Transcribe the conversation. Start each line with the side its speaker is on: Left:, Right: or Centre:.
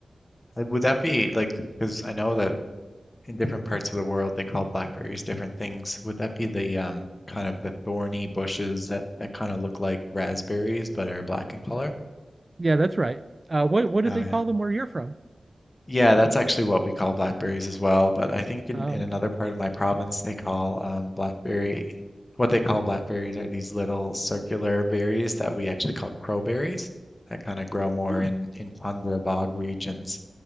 Left: Uh, Would that be like, because I know that in different parts of the world they call blackberries different things. Would that be the um, kind of the thorny bushes that that kind of look like raspberries but are black in color?
Right: Yeah, that's right. Uh, what what did
Left: Oh
Right: they
Left: yeah.
Right: call them where you're from?
Left: Yeah, that's actually what we call blackberries as well, but I think in
Right: Oh,
Left: in another
Right: okay.
Left: part of my province they call um, blackberry what they call blackberries are these little circular berries that we actually call crowberries that kind of grow more
Right: Hmm.
Left: in in tundra bog regions.